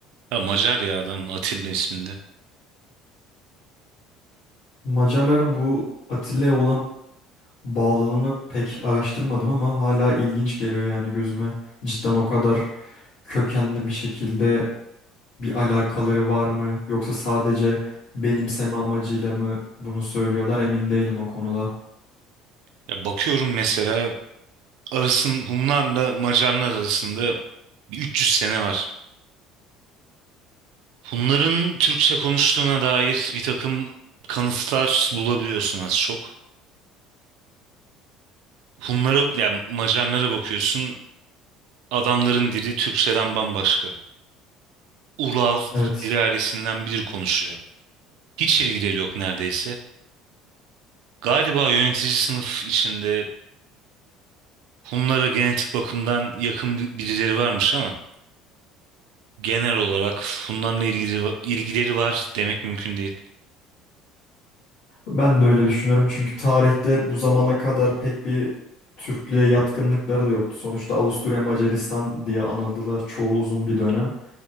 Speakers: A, on the right; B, on the left.
A: Ya Macar ya adam Atilla isminde.
B: Macarların bu Atilla'ya olan bağlılığını pek araştırmadım ama hala ilginç geliyor yani gözüme. Cidden o kadar kökenli bir şekilde bir alakaları var mı yoksa sadece benimseme amacıyla mı bunu söylüyorlar emin değilim o konuda.
A: Ya bakıyorum mesela arasın Hunlarla Macarlar arasında bir 300 sene var. Hunların Türkçe konuştuğuna dair bir takım kanıtlar bulabiliyorsun az çok. Hunlara yani Macarlara bakıyorsun adamların dili Türkçeden bambaşka. Ural
B: Evet.
A: bir ailesinden biri konuşuyor. Hiç ilgileri yok neredeyse. Galiba yönetici sınıf içinde Hunlara genetik bakımdan yakın bir- birileri varmış ama genel olarak Hunlarla ilgili, ilgileri var demek mümkün değil.
B: Ben de öyle düşünüyorum çünkü tarihte bu zamana kadar pek bir Türklüğe yatkınlıkları da yoktu. Sonuçta Avusturya Macaristan diye anıldılar çoğu uzun bir dönem.